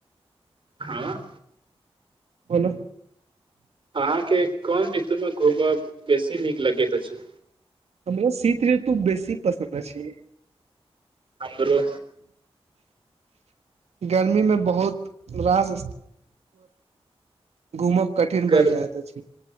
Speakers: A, on the right; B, on the right.
A: हँ
B: बोलू
A: अहाँके कोन रीतुमे घूमब बेसी नीक लगैत अछि
B: हमरा शीत ऋतु बेसी पसन्द अछि
A: हमरो
B: गर्मीमे बहुत रास घूमब कठिन
A: गर
B: भय जाइत अछि